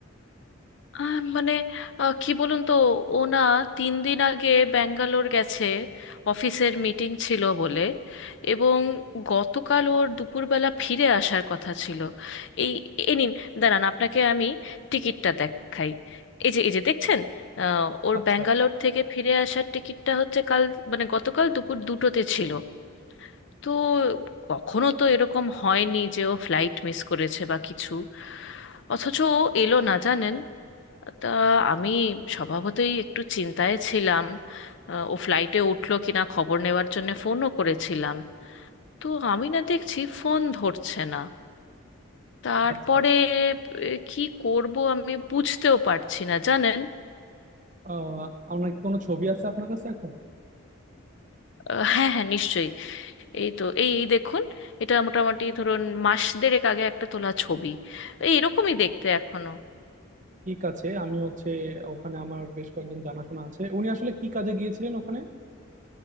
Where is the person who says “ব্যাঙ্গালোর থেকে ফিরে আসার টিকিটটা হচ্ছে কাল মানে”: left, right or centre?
Left